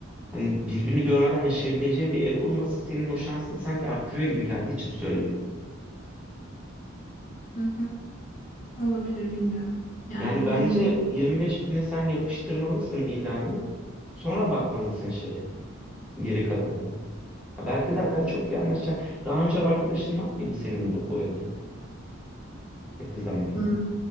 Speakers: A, in the centre; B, on the left (about 35°).
A: Hani birbirini görmeden yaşayabileceğin bir ev bulması senin o şansını sanki arttırıyor gibi geldiği için söylüyorum.
B: Hı hı. Olabilir bilmiyorum. Yani
A: Yani
B: bir
A: bence
B: birinin
A: 25 bine sen yapıştırmalısın ilanı. Sonra bakmalısın şeye geri kalanına. Ha, Belki zaten çok iyi anlaşacaksın. Daha önce ev arkadaşın var mıydı senin bu, bu evde yakın zamanda?
B: Hı.